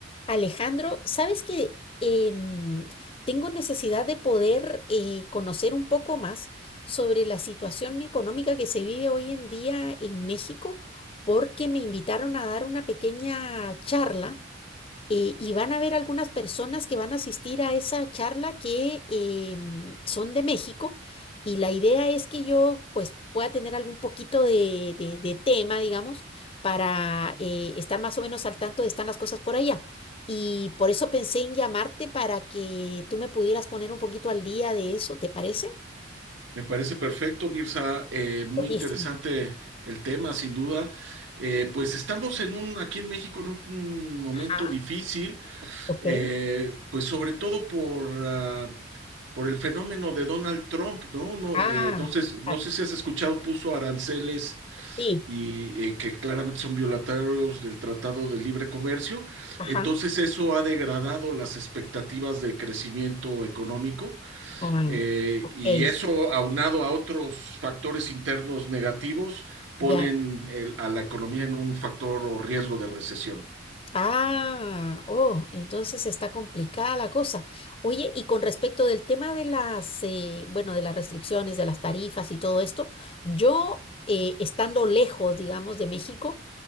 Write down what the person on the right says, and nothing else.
Me parece perfecto, Mirza. Eh, muy
interesante el tema, sin duda. Eh, pues estamos en un, aquí en México en un, un momento
difícil,
eh, pues sobre todo por, ah, por el fenómeno de Donald Trump, ¿no? No,
eh, no sé, no
sé si has escuchado, puso aranceles
y eh, que claramente son violatorios del Tratado de Libre Comercio.
Entonces eso ha degradado las expectativas de crecimiento económico.
Eh,
y eso, aunado a otros factores internos negativos, ponen
el- a la economía en un factor o riesgo de recesión.